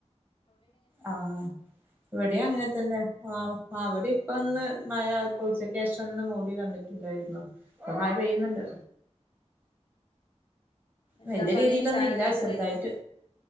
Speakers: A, on the right; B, on the left.
A: ആഹ ഇവിടെ അങ്ങനെ തന്നെ ആ അവിടെ ഇപ്പ ഒന്ന് മഴ ഇപ്പുച്ചക്കേശം ഒന്ന് മൂടി വന്നിട്ടിണ്ടായിരുന്നു ഇപ്പൊ മഴ പെയ്യുന്നെണ്ട്
B: എന്താ
A: വല്യ
B: പണി
A: രീതിയിലൊന്നും
B: ചായകുടിയൊക്കെ
A: ഇല്ല ശെറുതായിട്ട്
B: കഴിഞ്ഞോ